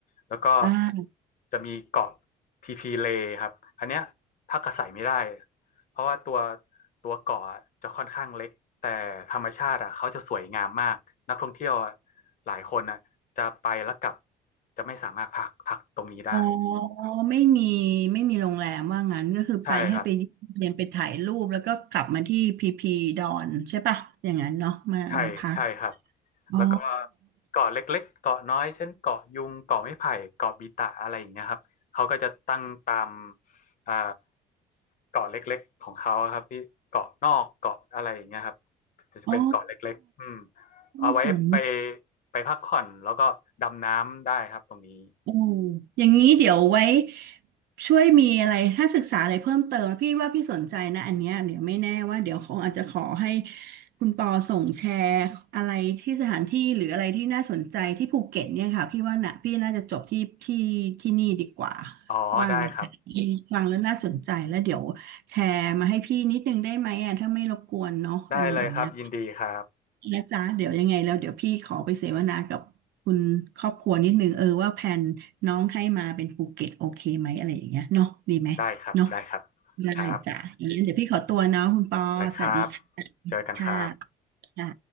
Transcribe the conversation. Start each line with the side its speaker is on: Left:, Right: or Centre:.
Left: แล้วก็
Right: อ่า
Left: จะมีเกาะพีพีเลครับอันเนี้ยพักอาศัยไม่ได้เพราะว่าตัวตัวเกาะจะค่อนข้างเล็กแต่ธรรมชาติอ่ะเขาจะสวยงามมากนักท่องเที่ยวอะหลายคนอ่ะจะไปแล้วกลับจะไม่สามารถพักพักตรงนี้ได้
Right: อ๋อไม่มี ไม่มีโรงแรมว่างั้นก็คือไปให้ไปเรียนไปถ่ายรูปแล้วก็กลับมาที่พีพีดอนใช่ปะอย่างนั้นเนาะมามาพัก
Left: ใช่ครับ ใช่ใช่ครับ
Right: อ๋อ
Left: แล้วก็เกาะเล็กๆเกาะน้อยเช่นเกาะยุงเกาะไม้ไผ่เกาะบีตะอะไรอย่างเงี้ยครับเขาก็จะตั้งตามอ่าเกาะเล็กๆของเขาอะครับที่เกาะนอกเกาะอะไรอย่างเงี้ยครับจะจะเป็นเกาะเล็กๆอืม
Right: อ๋อ
Left: เอาไว้ไป
Right: น่าสน
Left: ไปพักผ่อนแล้วก็ดำน้ำได้ครับตรงนี้
Right: อืมอย่างนี้เดี๋ยวไว้ช่วยมีอะไรถ้าศึกษาอะไรเพิ่มเติมนะพี่ว่าพี่สนใจนะอันเนี้ยเดี๋ยวไม่แน่ว่าเดี๋ยวคงอาจจะขอให้คุณปอส่งแชร์อะไรที่สถานที่หรืออะไรที่น่าสนใจที่ภูเก็ตเนี่ยค่ะพี่ว่าน่ะพี่น่าจะจบที่ที่ที่นี่ดีกว่า
Left: อ๋อได้ครับ
Right: ว่างน <laughs> อืมฟังแล้วน่าสนใจแล้วเดี๋ยวแชร์มาให้พี่นิดนึงได้ไหมอ่ะถ้าไม่รบกวนเนาะอะไรอย่างเงี้ย
Left: ได้เลยครับยินดีครับ
Right: นะจ๊ะเดี๋ยวยังไงแล้วเดี๋ยวพี่ขอไปเสวนากับคุณครอบครัวนิดนึงเออว่าแผนน้องให้มาเป็นภูเก็ตโอเคไหมอะไรอย่างเงี้ยเนาะดีไหมเนาะ
Left: ได้ครับได้ครับ
Right: ได้จ้ะอย่างนั้นเดี๋ยวพี่ขอตัวเนาะคุณปอสวัสดีค่ะ
Left: ครับได้ครับเจอกันครับ
Right: ค่ะ